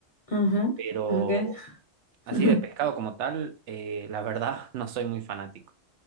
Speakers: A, on the left; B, on the right.
A: Ajá.
B: Pero
A: Okay. <laughs>
B: así de pescado como tal, eh, la verdad, <laughs> no soy muy fanático.